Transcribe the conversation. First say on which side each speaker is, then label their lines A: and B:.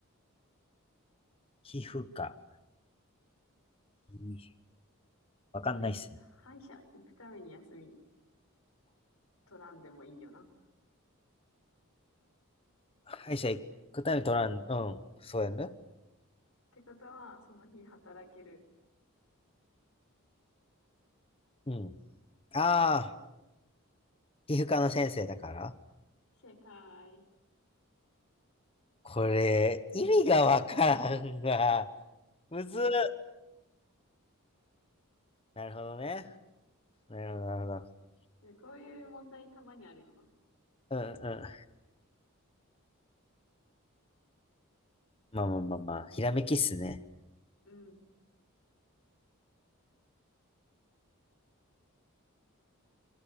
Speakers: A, on the left (about 25°); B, on the left (about 85°).
A: 皮膚科。皮わかんないっすね。
B: まあ、歯医者行くために休み取らんでもいいよな。
A: 歯医者行くために取らん、うん、そうやね。
B: ってことは、その日働ける。
A: うん。ああ、皮膚科の先生だから。
B: 正解。
A: これ、意味がわからんわ。むずっ。なるほどね。なるほど、なるほ
B: で、こういう問題たまにあるよな。
A: ど。うん、うん。まあまあまあまあ、ひらめきっすね。
B: うん。